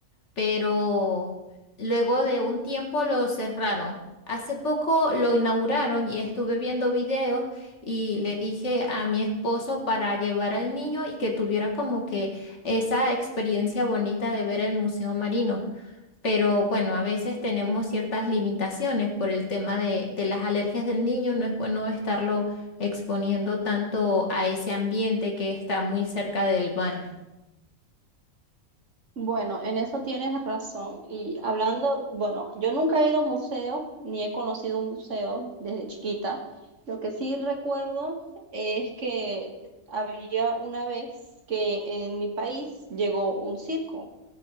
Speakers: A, on the left; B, on the right.
A: pero luego de un tiempo lo cerraron. Hace poco lo inauguraron y estuve viendo videos y le dije a mi esposo para llevar al niño y que tuviera como que esa experiencia bonita de ver el museo marino. Pero bueno, a veces tenemos ciertas limitaciones por el tema de, de las alergias del niño. No es bueno estarlo exponiendo tanto a ese ambiente que está muy cerca del mar.
B: Bueno, en eso tienes razón. Y hablando, bueno, yo nunca he ido a un museo, ni he conocido un museo desde chiquita. Lo que sí recuerdo es que había una vez que en mi país llegó un circo